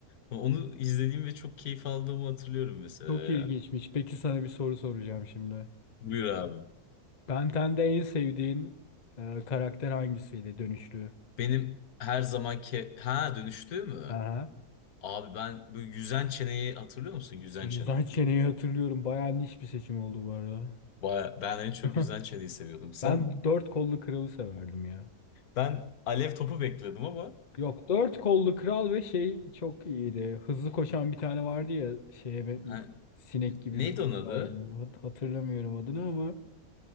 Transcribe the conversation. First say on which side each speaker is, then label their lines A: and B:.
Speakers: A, on the left; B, on the left.
A: Onu izlediğim ve çok keyif aldığımı hatırlıyorum mesela
B: Çok
A: ya.
B: ilginçmiş. Peki sana bir soru soracağım şimdi.
A: Buyur abi.
B: Ben Ten'de en sevdiğin e, karakter hangisiydi dönüştü?
A: Benim her zamanki ha dönüştüğü mü?
B: Aha.
A: Abi ben böyle yüzen çeneyi hatırlıyor musun? Yüzen
B: Yüzden
A: çene.
B: çeneyi hatırlıyorum. Bayağı niş bir seçim oldu bu arada.
A: Baya, ben en çok
B: <laughs>
A: yüzden çeneyi seviyordum. Sen?
B: Ben dört kollu kralı severdim ya.
A: Ben alev topu bekledim ama
B: Yok dört kollu kral ve şey çok iyiydi. Hızlı koşan bir tane vardı ya şeye ben-
A: ha,
B: sinek gibi
A: neydi
B: bir tip
A: onun adı?
B: vardı. Hat- Hatırlamıyorum adını ama